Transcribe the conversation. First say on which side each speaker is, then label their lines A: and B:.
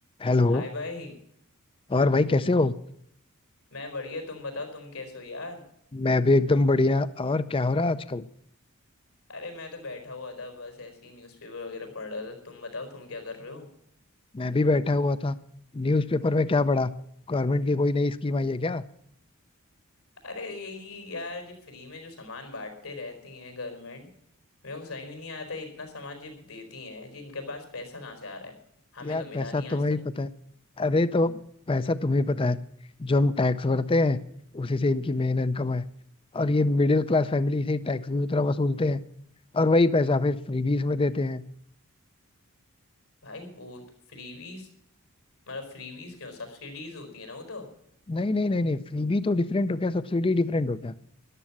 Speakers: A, on the left (about 25°); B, on the left (about 80°).
A: Hello
B: हाय भाई
A: और भाई कैसे हो
B: मैं बढ़िया तुम बताओ तुम कैसे हो यार
A: मैं भी एकदम बढ़िया और क्या हो रहा है आजकल
B: अरे मैं तो बैठा हुआ था बस ऐसे ही न्यूज़पेपर वगैरह पढ़ रहा था तुम बताओ तुम क्या कर रहे हो
A: मैं भी बैठा हुआ था न्यूज़पेपर में क्या पढ़ा गवर्नमेंट की कोई नई स्कीम आई है क्या
B: अरे यही यार ये फ्री में जो सामान बांटते रहती हैं गवर्नमेंट मेरे को समझ में नहीं आता इतना सामान जो देती हैं जी इनके पास पैसा कहाँ से आ रहा है हमें
A: यार
B: तो
A: पैसा
B: मिला नहीं
A: तुम्हें
B: आज तक
A: भी पता है अरे तो पैसा तुम्हें पता है जो हम टैक्स भरते हैं उसी से इनकी मेन इनकम है और ये मिडिल क्लास फैमिली से ही टैक्स भी उतना वसूलते हैं और वही पैसा फिर फ्रीबीज में देते हैं
B: भाई वो तो फ्रीवीज मतलब फ्रीवीज क्यों सब्सिडीज होती है ना वो तो
A: नहीं नहीं नहीं नहीं फ्रीबी तो डिफरेंट हो गया सब्सिडी डिफरेंट हो गया